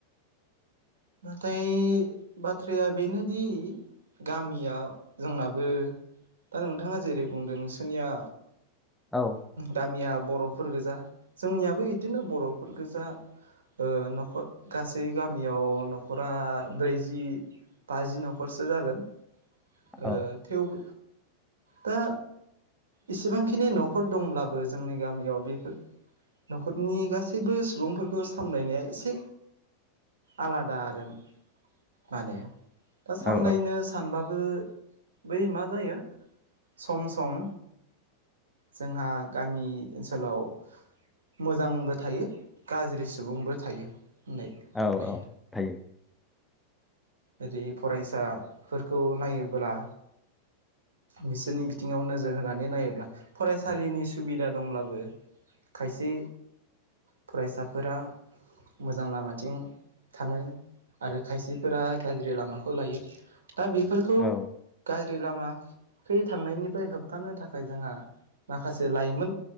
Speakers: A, on the right; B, in the centre.
A: नाथाय बाथ्राया बेनोदि गामिया जोंनाबो दा नोंथाङा जेरै बुंदों नोंसोरनिया
B: औ
A: गामिया बर'फोर गोजा जोंनियाब बो इदिनो बरफोर गोजा ओ नखर गासै गामियाव नखरा ब्रैजि बाजि नखरसो जागोन ओ
B: औ
A: थेवबो दा इसिबांखिनि नखर दंब्लाबो जोंनि गामियाव बेफोर नखरनि गासैबो सुबुंफोरखौ सामलायनाया एसे आलाद दारोम माने दा सामलायनो
B: औ
A: सानबा बो बै मा जायो सम सम जोंहा गामि ओनसोलाव मोजांबो थायो गाज्रि सुबुंबो थायो होननाय
B: औ
A: जायो
B: औ थायो
A: ओरै फरायसाफोरखौ नायोब्ला बिसोरनि बिथिङाव नोजोर होनानै नायोब्ला फरायसालिनि सुबिदा दंब्लाबो खायसे फरायसाफोरा मोजां लामाथिं थाङो आरो खायसेफोरा गाज्रि लामाखौ लायो दा बेफोरखौ
B: औ
A: गा ज्रि लामा खै थांनायनिफ्राय होबथानो थाखाय जोंहा माखासे लाइमोन